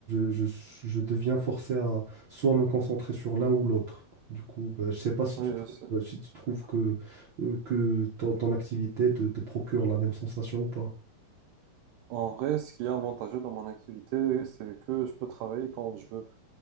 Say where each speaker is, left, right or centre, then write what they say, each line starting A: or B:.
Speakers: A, on the right; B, on the right.
A: je- je- je deviens forcé à soit me concentrer sur l'un ou l'autre. Du coup, ben, je sais pas si
B: Oui,
A: tu trouves,
B: je sais.
A: si tu trouves que, euh, que ton, ton activité te te procure la même sensation ou pas.
B: En vrai, ce qui est avantageux dans mon activité, c'est que je peux travailler quand je veux.